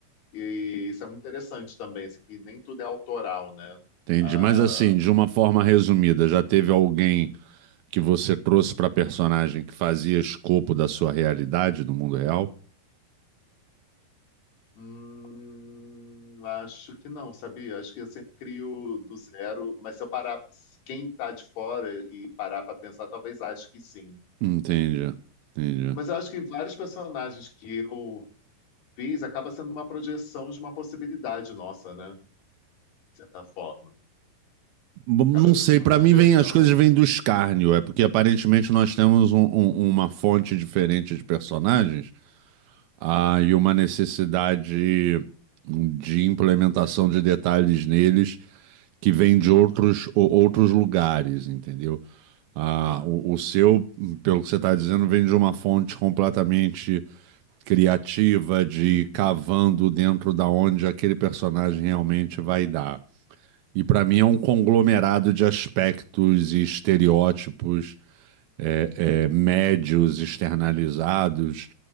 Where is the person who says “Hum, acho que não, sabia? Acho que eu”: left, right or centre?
Left